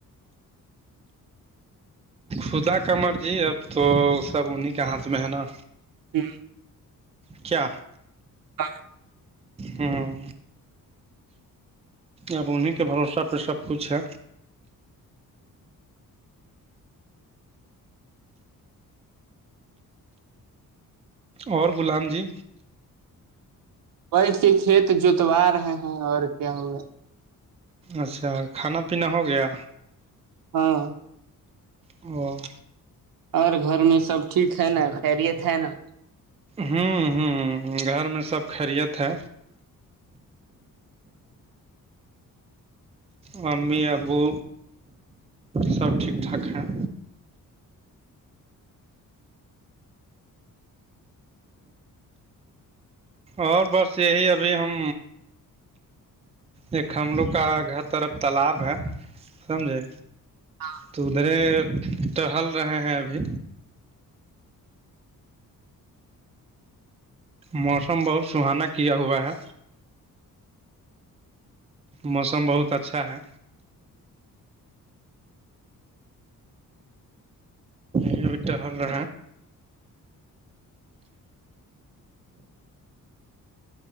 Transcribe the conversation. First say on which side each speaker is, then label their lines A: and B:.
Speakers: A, on the right (about 20°); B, on the right (about 75°).
A: خدا کا مرضی اب تو سب انہیں کے ہاتھ میں ہے نا
B: ہاں
A: کیا
B: ہاں
A: ہاں اپ انہیں کے بھروسہ پہ سب کچھ ہے اور غلام جی
B: بیٹھ کے کھیت جوتوا رہے ہیں اور کیا ہوگا
A: اچھا کھانا پینا ہو گیا
B: ہاں
A: اور
B: اورر گھر میں سب ٹھیک ہے نا خیریت ہے نا
A: ہوں ہوں گھر میں سب خیریت ہے ممی ابو سب ٹھیک ٹھاک ہیں اور بس یہی ابھی ہم ایک ہم لوگ کا گات طرف تالاب ہے سمجھے
B: ہاں
A: تو ادھرے ٹڑہل رہے ہیں ابھی موسم بہت سہانا کیا ہوا ہے موسم بہت اچھا ہے
B: <inaudible>
A: یہ بیٹے ہم نے
B: <inaudible>